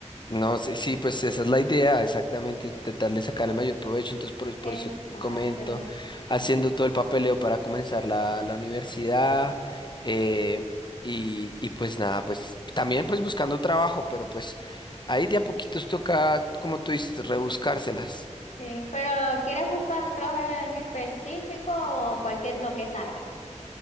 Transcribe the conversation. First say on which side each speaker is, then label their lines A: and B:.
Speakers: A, on the left (about 40°); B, on the left (about 70°).
A: No, sí, sí, pues esa es la idea, exactamente, intentarle sacar el mayor provecho, entonces por, es- por
B: Exacto.
A: eso te comento, haciendo todo el papeleo para comenzar la, la universidad, eh, y, y pues nada, pues también pues buscando trabajo, pero pues ahí de a poquitos toca, como tú dices, rebuscárselas.
B: Sí, pero ¿quieres buscar un trabajo en específico o cualquier lo que salga?